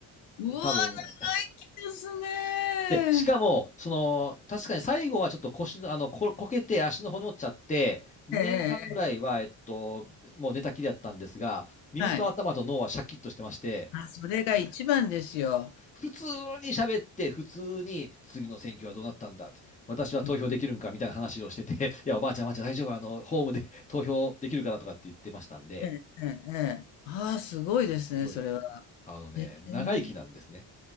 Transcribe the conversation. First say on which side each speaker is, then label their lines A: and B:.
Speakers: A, on the left; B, on the left.
A: うわ、
B: 多分、
A: 長生きですね。
B: で、しかも、その、確かに最後はちょっと腰の、あの、こ、こけて足の骨折っちゃって、2年間ぐらいは、
A: ええ、ええ、
B: えっと、もう寝たきりだったんですが、耳と頭と脳はシャキッとしてまして、
A: はい。あ、それが一番ですよ。
B: 普通に喋って、普通に、次の選挙はどうなったんだって、私は投票できるんかみたいな話をしてて、
A: え
B: <laughs> いや、おばあちゃん、おばあちゃん、大丈夫、あの、ホームで投票できるからとかって言ってましたんで、
A: え、ええ、ええ。ああ、すごいですね、
B: すごい、
A: それは。
B: あのね、
A: ええ、
B: 長生きなんですね。